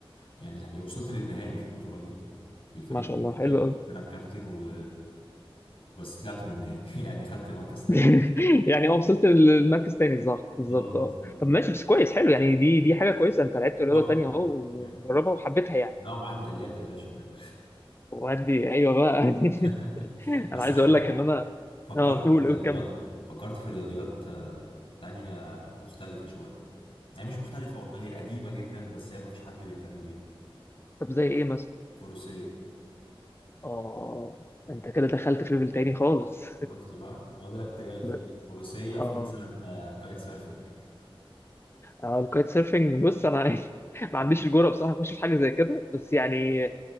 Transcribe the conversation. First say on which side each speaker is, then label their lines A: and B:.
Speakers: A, on the left; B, on the left.
A: يعني يعني وصلت للنهائي في البطولة دي بالفريق
B: ما شاء الله حلو
A: دي
B: قوي
A: انا الكابتن و بس طلعت من النهائي <laughs> يعني خدت مركز تاني
B: <laughs> يعني اه وصلت للمركز تاني صح بالظبط
A: اه بالظبط
B: اه طب ماشي بس كويس حلو يعني دي دي حاجه كويسه انت لعبت رياضه
A: تحفة
B: تانية
A: طبعاً.
B: اهو وجربها
A: مم.
B: وحبيتها يعني
A: لا ومعاه ميداليات يا باشا منها
B: وادي ايوه بقى <laughs>
A: <laughs>
B: انا
A: بس
B: عايز
A: عارف
B: اقول لك
A: بقى
B: ان انا
A: فكرت
B: اه قول
A: في رياضيات
B: قول كمل
A: فكرت في رياضيات آه، تانية مختلفة شوية هي مش مختلفة والله هي قديمة جدا بس هي ما فيش حد بيهتم بيها
B: طب زي ايه مثلا
A: فروسية
B: اه انت كده دخلت في ليفل تاني خالص
A: شفت بقى ما هو ده اللي كنت جاي لك
B: <laughs>
A: فيه
B: بس
A: فروسيه وفي
B: اه
A: مثلا آه، كايت سيرفنج
B: اه الكايت سيرفنج بص انا <laughs> ما عنديش الجرأة بصراحه اخش في حاجه زي كده بس يعني